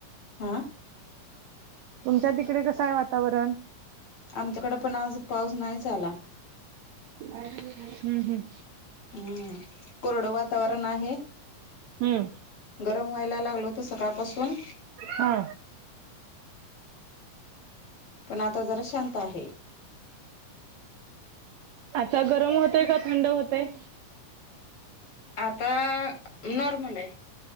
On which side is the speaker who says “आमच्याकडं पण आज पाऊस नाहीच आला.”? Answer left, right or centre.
Left